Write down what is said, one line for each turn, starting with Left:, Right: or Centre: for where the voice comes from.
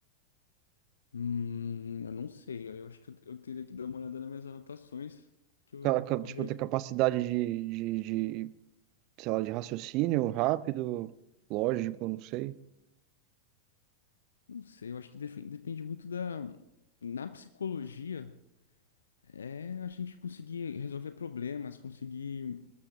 Left: Hum, eu não sei. Eu acho que eu, eu teria que dar uma olhada nas minhas anotações, que eu,
Right: Ca- ca- Tipo,
Left: eu já
Right: ter capacidade de, de, de, sei lá, de raciocínio rápido, lógico, não sei.
Left: não sei. Eu acho que defe- depende muito da na psicologia é a gente conseguir resolver problemas, conseguir